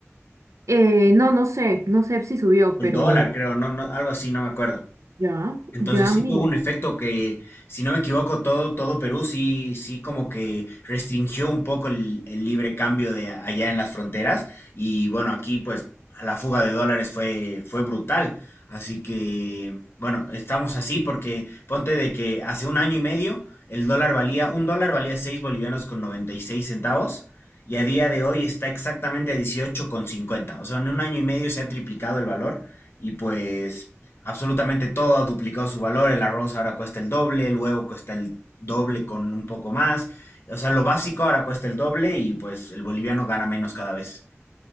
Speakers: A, on the right; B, on the left.
A: Eh, no, no sé, no sé si subió,
B: El
A: pero
B: dólar, creo, no, no, algo así, no me acuerdo.
A: ya,
B: Entonces
A: ya,
B: sí
A: mira.
B: tuvo un efecto que, si no me equivoco, todo, todo Perú sí, sí como que restringió un poco el, el libre cambio de a- allá en las fronteras. Y bueno, aquí pues la fuga de dólares fue, fue brutal. Así que, bueno, estamos así porque ponte de que hace un año y medio el dólar valía, un dólar valía 6 bolivianos con 96 centavos y a día de hoy está exactamente a 18 con cincuenta O sea, en un año y medio se ha triplicado el valor. Y pues Absolutamente todo ha duplicado su valor, el arroz ahora cuesta el doble, el huevo cuesta el doble con un poco más, o sea, lo básico ahora cuesta el doble y pues el boliviano gana menos cada vez.